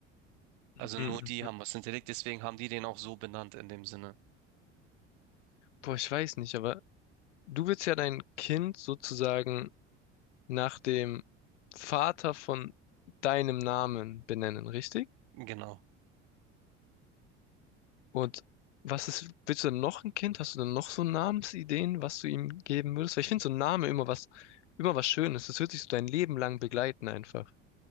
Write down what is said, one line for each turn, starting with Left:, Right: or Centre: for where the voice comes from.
Right: Also
Left: Mhm.
Right: nur die haben was hinterlegt, deswegen haben die den auch so benannt in dem Sinne.
Left: Boah, ich weiß nicht, aber du willst ja dein Kind sozusagen nach dem Vater von deinem Namen benennen, richtig?
Right: Genau.
Left: Und was ist, willst du denn noch ein Kind? Hast du denn noch so Namensideen, was du ihm geben würdest? Weil ich finde so ein Name immer was, immer was Schönes. Das wird dich so dein Leben lang begleiten einfach.